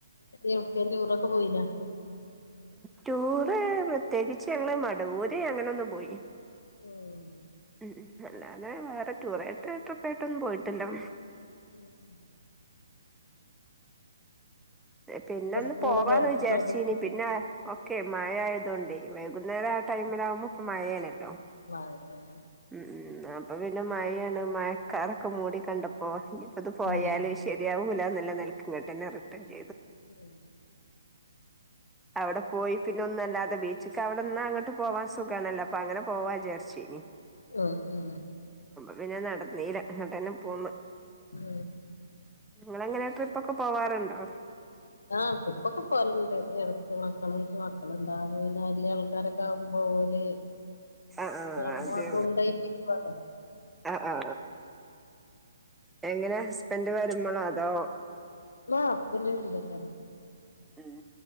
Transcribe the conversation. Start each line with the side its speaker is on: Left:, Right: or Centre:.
Left: എവിടേക്ക് ടൂറൊക്കെ പോയില്ല
Centre: ടൂർ പ്രത്യേകിച്ച് ഞങ്ങള് മടവൂര് അങ്ങനെൊന്ന് പോയി
Left: ഉം
Centre: ഉം ഉം അല്ലാതെ വേറെ ടൂർ ആയിട്ട് ട്രിപ്പ് ആയിട്ടൊന്നും പോയിട്ടില്ലോ
Left: ഉം
Centre: പിന്നെ
Left: ഒക്കെ
Centre: ഒന്ന്
Left: സ്കൂള്
Centre: പോവാന്ന്
Left: തുറക്കണതും
Centre: വിചാർച്ചീനി പിന്നെ ഓക്കെ മഴ ആയതുകൊണ്ട് വൈകുന്നേരം ആ ടൈമിൽ ആവുമ്പോൾ ഇപ്പ മഴയാണല്ലോ
Left: ആ
Centre: ഉം ഉം അപ്പൊ നല്ല മഴയാണ് മഴക്കാറൊക്കെ മൂടി കണ്ടപ്പോ ഇ ഇപ്പ ഇത് പോയാല്
Left: ഉം
Centre: ശരിയാവൂല <unintelligible>
Left: ഉം
Centre: ഏത്അവിടെ പോയി പിന്നെ ഒന്നുമല്ലാതെ ബീച്ചക്ക് അവിടെന്ന് അങ്ങ് പോവാൻ സുഖമാണല്ലോ അൊ അങ്ങനെ പോവാ വിചാരിച്ചിനി
Left: ഹ ഉ
Centre: പിന്നെ നടുന്നീല എന്നട്ട് തന്നെ പോന്ന്
Left: ഉഹ
Centre: നിങ്ങെങ്ങനെ ട്രിപ്പ ഒക്കെ പോവാറുണ്ടോ
Left: ആപ്പൊക്കെ പോലുണ്ട് ഇടത്ത് മക്കളട്ട് മക്കള ഇണ്ടാവും പിന്നെ വലിയ ആൾക്കാരൊക്കെ ആകുമ്പോ പോലെ
Centre: ആ ആ
Left: അമ്മ
Centre: അതെ
Left: കൊണ്ടോയിട്ട് വരാം
Centre: ആ ആ എങ്ങനെ ഹസ്ബൻഡ് നമ്മളതോ
Left: <unintelligible>
Centre: ആഹ